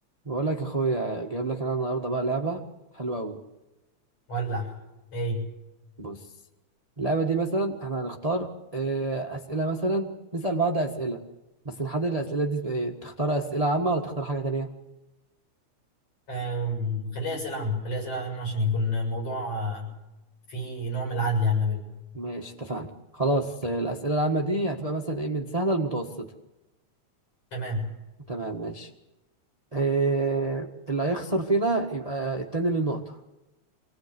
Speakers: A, on the right; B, on the left.
A: بقول لك يا اخويا جايب لك انا النهارده بقى لعبه حلوه قوي
B: ولع ايه
A: بص اللعبه دي مثلا احنا هنختار آه، اسئله مثلا نسال بعض اسئله بس نحدد الاسئله دي بإيه؟ تختار اسئله عامه ولا تختار حاجه تانية
B: أم... خليها اسئله عامه خليها اسئله عامه عشان يكون الموضوع آه، فيه نوع من العدل يعني ما بيننا
A: ماشي اتفقنا خلاص آه، الاسئله العامه دي هتبقى مثلا ايه من سهله لمتوسطه
B: تمام
A: تمام ماشي آه، اللي هيخسر فينا يبقى التاني اللي النقطه